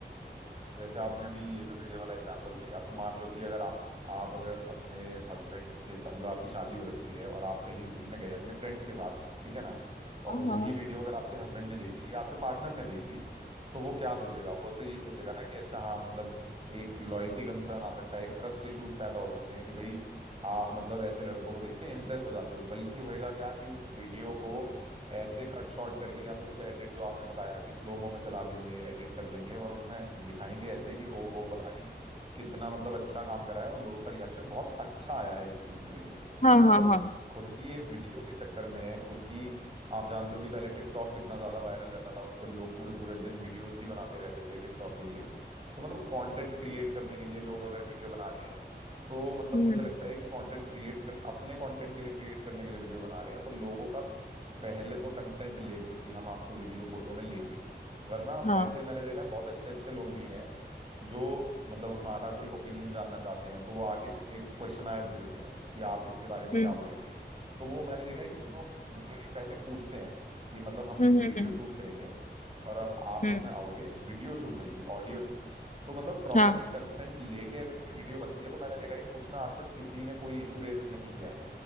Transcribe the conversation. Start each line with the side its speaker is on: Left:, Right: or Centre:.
Right: जैसे आपने अभी ये जो वीडियो वाला एग्जांपल दिया तो मान लो कि अगर आप आप अगर अपने हस्बैंड के साथ मतलब आपकी शादी हो रखी है और आप कहीं घूमने गए अपने फ्रेंड्स के साथ ठीक है ना और
Left: हाँ हाँ
Right: वही वीडियो अगर आपके हस्बैंड ने देख ली या आपके पार्टनर ने देख ली तो वो क्या सोचेगा वो तो यही सोचेगा ना कि अच्छा हाँ मतलब एक लॉयल्टी कंसर्न आ सकता है एक ट्रस्ट इश्यूज पैदा हो सकते हैं कि भाई आप मतलब ऐसे लड़कों को देख के इम्प्रेस हो जाते हो बल्कि होएगा क्या कि उस वीडियो को ऐसे कट शॉर्ट करके या फिर उसे एडिट जो आपने बताया कि स्लोमो में चला देंगे एडिट कर देंगे और उसमें दिखाएंगे ऐसे कि ओहो पता नहीं कितना मतलब अच्छा काम करा है और लोगों का रिएक्शन बहुत अच्छा आया है इस चीज को लेके
Left: हाँ
Right: तो मतलब
Left: हाँ हाँ
Right: खुद की एक वीडियो के चक्कर में खुद की आप जानते हो कि पहले टिकटॉक कितना ज्यादा वायरल रहता था उस पर लोग पूरे पूरे दिन वीडियोस ही बनाते रहते थे टिकटॉक के लिए तो मतलब कंटेंट क्रिएट करने के लिए लोग अगर वीडियो बना रहे हैं तो मतलब
Left: हम्म
Right: मुझे लगता है कि कंटेंट क्रिएट कर अपने कंटेंट के लिए क्रिएट करने के लिए वीडियो बना रहे हैं तो लोगों का पहले तो कंसेंट ले लो कि हम आपको वीडियो फोटो में लेंगे वरना
Left: हाँ
Right: ऐसे मैंने देखा है बहुत अच्छे अच्छे लोग भी हैं जो मतलब हमारा कोई ओपिनियन जानना चाहते हैं तो वो आके एक क्वेश्चनायर दे देते हैं कि आप इसके बारे में
Left: हम्म
Right: क्या बोलेंगे तो वो मैंने देखा है कि वो लोग यूजुअली पहले पूछते हैं कि मतलब हम
Left: हम्म
Right: एक
Left: हम्म
Right: वीडियो
Left: हम्म,
Right: शूट करेंगे और अब आप
Left: हम्म,
Right: उसमें आओगे वीडियो शूट होगी ऑडियो नहीं तो मतलब प्रॉपरली
Left: हाँ
Right: कंसेंट हम्म लेके अगर कोई वीडियो बनती है तो मैंने देखा है कि उसमें आज तक किसी ने कोई इशू रेज नहीं किया है